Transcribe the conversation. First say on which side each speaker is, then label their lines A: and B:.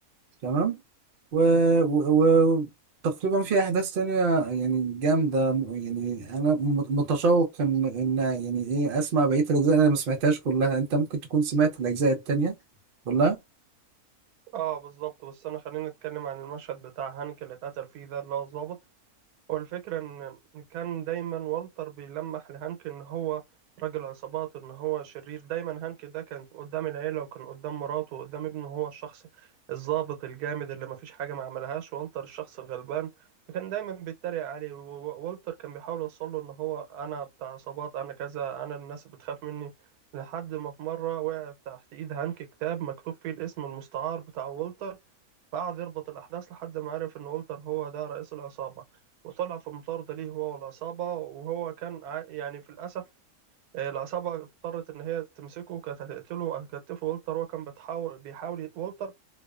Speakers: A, on the right; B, on the right.
A: تمام و... و... و... تقريبا في احداث تانية يعني جامدة م- يعني انا مت- متشوق ان ان يعني ايه اسمع بقية الاجزاء اللي انا ما سمعتهاش كلها انت ممكن تكون سمعت الاجزاء التانية كلها
B: اه بالظبط بس انا خلينا نتكلم عن المشهد بتاع هانك اللي اتقتل فيه ده اللي هو الضابط والفكرة إن كان دايما والتر بيلمح لهانك إن هو راجل عصابات إن هو شرير دايما هانك ده كان قدام العيلة وكان قدام مراته وقدام ابنه هو الشخص الضابط الجامد اللي مفيش حاجة ما عملهاش والتر الشخص الغلبان فكان دايما بيتريق عليه ووالتر كان بيحاول يوصله إن هو أنا بتاع عصابات أنا كذا أنا الناس بتخاف مني لحد ما في مرة وقع تحت إيد هانك كتاب مكتوب فيه الاسم المستعار بتاع والتر فقعد يربط الأحداث لحد ما عرف إن والتر هو ده رئيس العصابة وطلع في مطاردة ليه هو والعصابة وهو كان ع- يعني في الأسف آه، العصابة اضطرت إن هي تمسكه كانت هتقتله وهتكتفه والتر هو كان بتحاول بيحاول ي- والتر